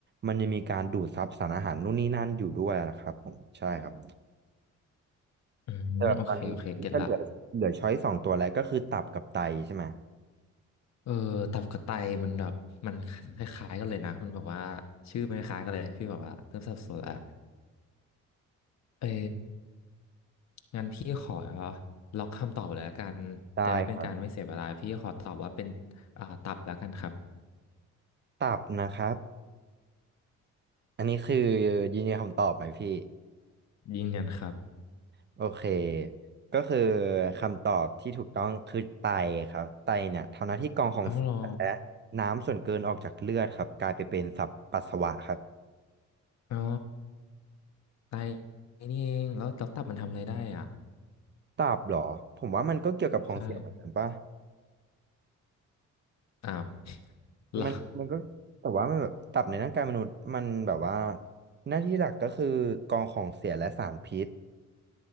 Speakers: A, on the right; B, on the left.
A: มันยังมีการดูดซับสารอาหารนู่นนี่นั่นอยู่ด้วยนะครับผมใช่ครับ
B: อืมโอเคโอเคเก็ตละ
A: แต่แบบตอนนี้พี่ก็เหลือเหลือช้อยสองตัวแล้วก็คือตับกับไตใช่ไหม
B: เออตับกระไตมันแบบมันคล้ายๆกันเลยนะมันบอกว่าชื่อมันคล้ายๆกันเลยพี่บอกว่าเริ่มสับสนละเอองั้นพี่ขอล็อกคำตอบเลยละกันจะได้เป็นการไม่เสียเวลาพี่ขอตอบว่าเป็น
A: ได้ครับ
B: อ่าตับแล้วกันครับ
A: ตับนะครับอันนี้คือยืนยันคำตอบไหมพี่
B: ยืนยันครับ
A: โอเคก็คือคำตอบที่ถูกต้องคือไตครับไตเนี่ยทำหน้าที่กรองของเสียและ
B: เอาเหรอ
A: น้ำส่วนเกินออกจากเลือดครับกลายไปเป็นสับปัสสาวะครับ
B: อ๋อไตนี่เองแล้วแล้วตับมันทำอะไรได้อ่ะ
A: ตับเหรอผมว่ามันก็เกี่ยวกับของเสียเหมือนกันป่ะ
B: ใช่อ้าวเหรอ
A: มันมันก็แต่ว่ามันแบบตับในร่างกายมนุษย์มันแบบว่าหน้าที่หลักก็คือกรองของเสียและสารพิษ